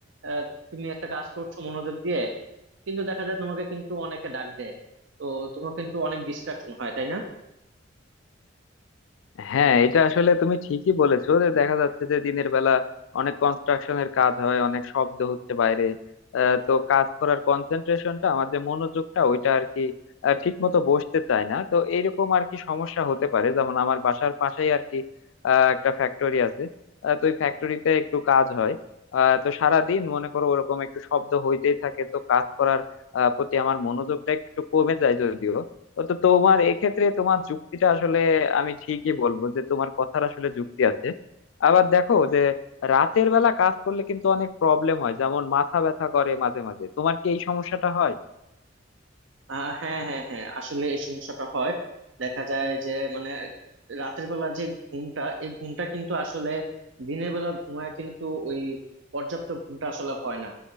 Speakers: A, on the right (about 75°); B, on the left (about 75°).
A: আহ, তুমি একটা কাজ করছো মনোযোগ দিয়ে কিন্তু দেখা যায় তোমাকে কিন্তু অনেকে ডাক দেয় তো তোমার কিন্তু অনেক ডিস্ট্রাকশন হয় তাই না
B: হ্যাঁ এটা আসলে তুমি ঠিকই বলেছো যে দেখা যাচ্ছে যে দিনের বেলা অনেক কনস্ট্রাকশনের কাজ হয় অনেক শব্দ হচ্ছে বাইরে আহ, তো কাজ করার কনসেন্ট্রেশনটা আমার যে মনোযোগটা ওইটা আর কি আহ, ঠিক মতো বসতে চায় না তো এইরকম আর কি সমস্যা হতে পারে যেমন আমার বাসার পাশেই আর কি আহ, একটা ফ্যাক্টরি আছে আহ, তো ওই ফ্যাক্টরিতে একটু কাজ হয় আহ, তো সারা দিন মনে করো ওরকম একটু শব্দ হইতেই থাকে তো কাজ করার আহ, প্রতি আমার মনোযোগটা একটু কমে যায় যদিও তো তোমার এক্ষেত্রে তোমার যুক্তিটা আসলে আমি ঠিকই বলবো যে তোমার কথার আসলে যুক্তি আছে আবার দেখো যে রাতের বেলা কাজ করলে কিন্তু অনেক প্রবলেম হয় যেমন মাথা ব্যথা করে মাঝে মাঝে তোমার কি এই সমস্যাটা হয়
A: আহ, হ্যাঁ হ্যাঁ হ্যাঁ আসলে এই সমস্যাটা হয় দেখা যায় যে মানে রাতের বেলা যে ঘুমটা এই ঘুমটা কিন্তু আসলে দিনের বেলা ঘুমায় কিন্তু ওই পর্যাপ্ত ঘুমটা আসলে হয় না